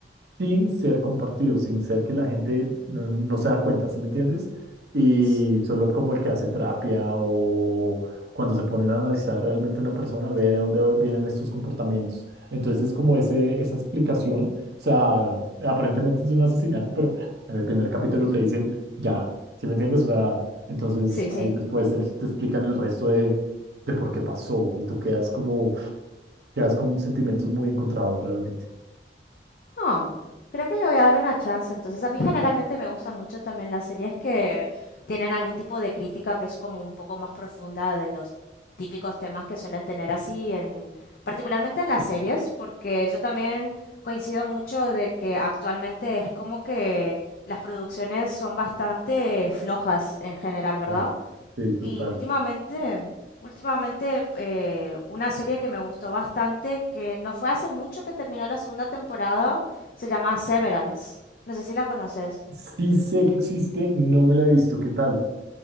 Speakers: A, on the right; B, on the left.
A: sin ser compartido, sin ser que la gente no, no se da cuenta, ¿sí me entiendes? Y
B: S-
A: solo como el que hace terapia o cuando se ponen a analizar realmente una persona, ve de dónde vienen estos comportamientos. Entonces es como ese, esa explicación, o sea, aparentemente es de un asesinato, pero <laughs> en el primer capítulo te dicen, ya, ¿sí me entiendes? O sea, entonces
B: Sí, sí.
A: ahí después te, te explican el resto de, de por qué pasó y tú quedas como, quedas con sentimientos muy encontrados realmente.
B: Ah, creo que le voy a dar una chance. Entonces, a mí generalmente me gustan mucho también las series que tienen algún tipo de crítica que es como un poco más profunda de los típicos temas que suelen tener así, en, particularmente en las series, porque yo también coincido mucho de que actualmente es como que las producciones son bastante flojas en general, ¿verdad?
A: Sí, sí, total.
B: Y últimamente, últimamente eh, una serie que me gustó bastante, que no fue hace mucho que terminó la segunda temporada, se llama Severance. No sé si la conoces.
A: Sí sé que existe, no me la he visto. ¿Qué tal?